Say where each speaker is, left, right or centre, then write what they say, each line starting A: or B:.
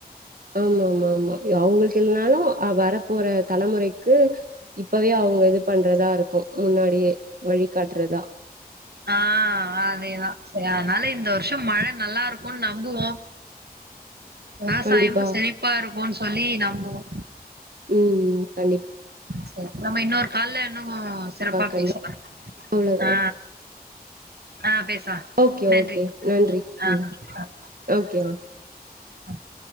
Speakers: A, on the right; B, on the right.
A: ஆமாம்மாம்மா அவுங்களுக்கெல்லாம் னாலு அவ்வரப்போற தலமுறைக்கு இப்பவே அவுங்க இது பண்றதா இருக்கும் முன்னாடியே வழிகாட்டுறதா
B: ஆ அதேதா செயா அதுனால இந்த வருஷம் மழ நல்லா இருக்குன் நம்புவோ விவசாயம்
A: கண்டிப்பா
B: வந்து செழிப்பாரு போன் சொல்லி நம்புவோ
A: ம் ம் கண்டிப்
B: சரி நம்ம இன்னொரு கால்ல இன்னு ஆ சிறப்பா
A: கண்டிப்பா
B: பேசுவோ
A: அவ்ளோ
B: ஆ ஆ பேசு அ
A: ஓகே
B: நன்றி
A: ஓகே நன்றி
B: ஆ
A: ம்
B: அ
A: ஓகே ஆ
B: அ